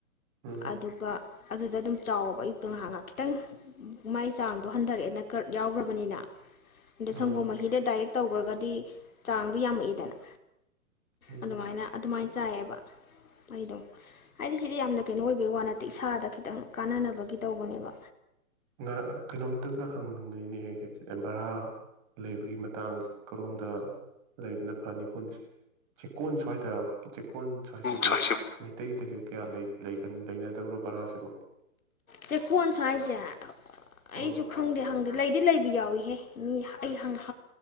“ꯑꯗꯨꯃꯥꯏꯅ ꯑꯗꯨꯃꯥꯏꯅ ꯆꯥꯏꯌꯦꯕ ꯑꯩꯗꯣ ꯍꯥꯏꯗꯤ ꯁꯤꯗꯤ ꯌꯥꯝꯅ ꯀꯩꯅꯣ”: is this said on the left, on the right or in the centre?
Left